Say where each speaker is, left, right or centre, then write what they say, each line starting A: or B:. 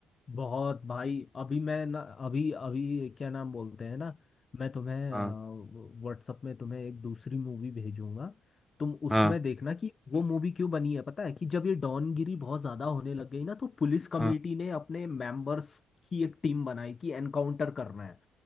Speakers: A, on the left (about 40°); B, in the centre.
A: बहुत भाई अभी मैं ना अभी अभी क्या नाम बोलते हैं ना मैं तुम्हें
B: हाँ
A: व्हाट्सएप में तुम्हें एक दूसरी मूवी भेजूंगा तुम उसमें
B: हाँ
A: देखना कि वो मूवी क्यों बनी है पता है कि जब ये डॉनगिरी बहुत ज्यादा होने लग गई ना तो पुलिस कमेटी
B: हाँ
A: ने अपने मेंबर्स की एक टीम बनाई कि एनकाउंटर करना है